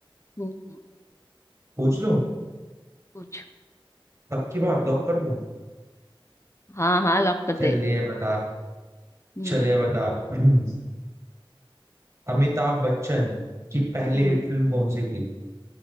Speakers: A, on the left (about 30°); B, on the right (about 30°).
A: हम्म
B: पूछ लूं
A: पूछ
B: पक्की बात लॉक कर दूं
A: हाँ हाँ लॉक कर दे
B: चलिए बता
A: हम्म
B: चलिए बता <clears throat> अमिताभ बच्चन की पहली
A: हम्म
B: हिट फिल्म कौन सी थी